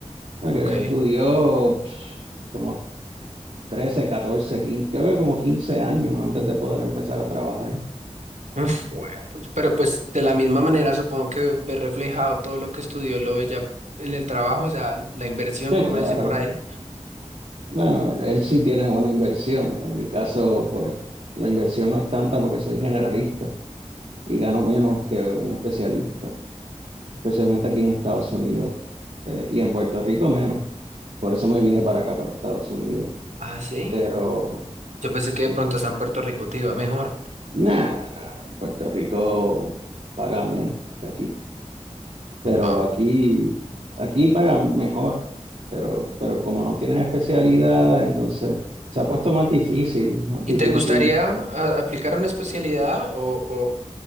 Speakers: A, on the right; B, on the right.
A: Ah,
B: Ok.
A: Que él estudió pf, como 13, 14, 15, creo que como 15 años antes de poder empezar a trabajar.
B: Uf, güey, pues, pero pues de la misma manera supongo que ve reflejado todo lo que estudió, lo ve ya en el trabajo, o sea, la inversión,
A: Sí,
B: como
A: claro.
B: dicen por ahí.
A: Bueno, él sí tiene buena inversión. En mi caso, pues la inversión no es tanta porque soy generalista y gano menos que un especialista, especialmente aquí en Estados Unidos eh, y en Puerto Rico menos. Por eso me vine para acá, para Estados Unidos.
B: Ah, sí.
A: Pero
B: Yo pensé
A: Sí.
B: que de pronto hasta en Puerto Rico te iba mejor.
A: Nah, nah, Puerto Rico paga menos que aquí, pero
B: Wow.
A: aquí, aquí paga mejor, pero, pero como no tienes especialidad, entonces se ha puesto más difícil, más
B: ¿Y
A: difícil.
B: te gustaría a- aplicar una especialidad o, o-